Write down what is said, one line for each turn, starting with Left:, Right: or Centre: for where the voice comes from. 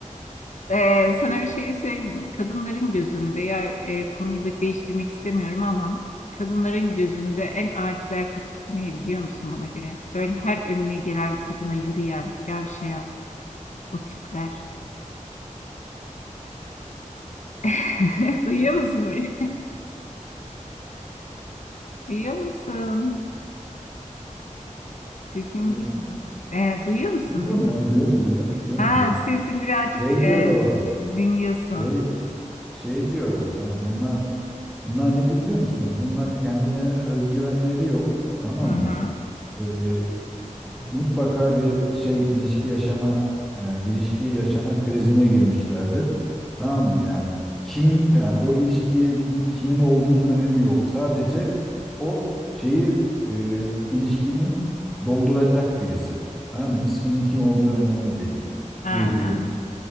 Left: Ee, sana bir şey söyleyeyim. Kadınların gözünde ya e, konuyu da değiştirmek istemiyorum ama kadınların gözünde en aciz erkek tipi ne biliyor musun bana göre? Böyle her önüne gelen kadına yürüyen, yavşayan o tipler. <laughs> Duyuyor musun beni? Duyuyor musun? Sesin
Centre: Duyuyor
Left: git.
Centre: musun?
Left: Ee, duyuyor musun
Centre: Duyuyorum
Left: beni?
Centre: ben duyuyorum duyuyorum duyuyorum
Left: Ha,
Centre: duyuyorum.
Left: sesi birazcık
Centre: Şey
Left: e,
Centre: diyorum
Left: dinliyorsun.
Centre: şey şey diyorum yani bunlar Bunlar neci biliyor musun? Bunlar kendine özgüvenleri yok. Tamam
Left: Hı hı.
Centre: mı? Ee, mutlaka bir şey ilişki yaşama yani ilişki yaşama krizine girmişlerdir. Tamam mı? Yani kim yani o ilişkinin kimin olduğunun önemi yok. Sadece o şeyi e, ilişkinin dolduracak birisi. Tamam mı? İsminin kim olduğu önemli değil.
Left: Aynen.
Centre: Gülsüm,